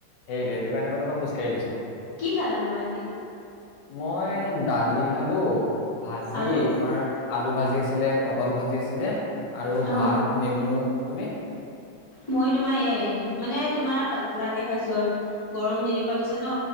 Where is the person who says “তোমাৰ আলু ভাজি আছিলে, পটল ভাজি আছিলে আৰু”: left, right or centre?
Left